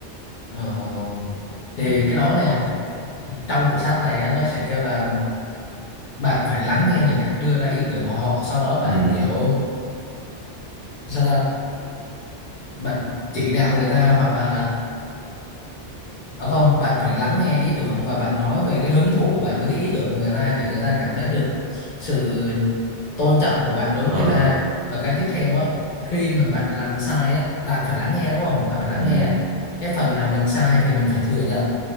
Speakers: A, on the left; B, on the right.
A: Rồi. thì
B: ừ.
A: cái đó nè trong quyển sách này á, nó sẽ kêu là bạn phải lắng nghe người khác đưa ra ý tưởng của họ sau đó bạn
B: Ừ.
A: kiểu sao ta? bạn chỉ đạo người ta hoặc là À không, bạn phải lắng nghe ý tưởng và bạn nói về cái hứng thú của bạn với cái ý tưởng của người ta để người ta cảm thấy được sự tôn trọng của bạn đối
B: Ờ.
A: với người ta. Và cái tiếp theo á, khi mà bạn làm sai á, bạn phải lắng nghe đúng không? Bạn phải lắng
B: Ừ.
A: nghe. Cái phần nào mình sai thì mình phải thừa nhận,